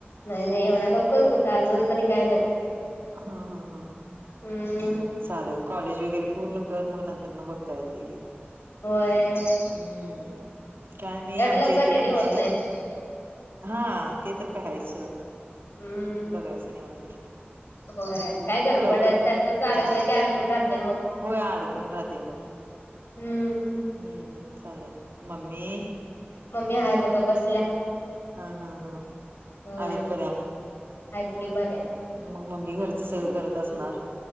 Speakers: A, on the left; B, on the right.
A: नाही नाही एवढ्या लवकरच कुठं अजून तरी काय नाही
B: हा हा हा
A: हम्म
B: नाही चाले कॉलेज वगैरे पूर्ण कर मग नंतर न बघता येते
A: होय
B: हम्म काय नाही
A: एवढ्या
B: आमच्या
A: लवकर
B: इथे
A: रेडी
B: पण
A: होत
B: आहे.
A: नाहीत
B: हा ते तर काय हायच सोड
A: हम्म
B: बघायचं निवांत
A: होय काय गडबड
B: लवकर
A: त्यातच अडकलं
B: हा
A: की अडकून राहतय मग
B: होय अडकून राहते मग
A: हम्म
B: हम्म चालेल मम्मी
A: मम्मी हाय बघा बसलीया
B: हा हा हा
A: हम्म
B: आहेत बऱ्या
A: हाईत की बरे
B: मग मम्मी घरच सगळं करत असणार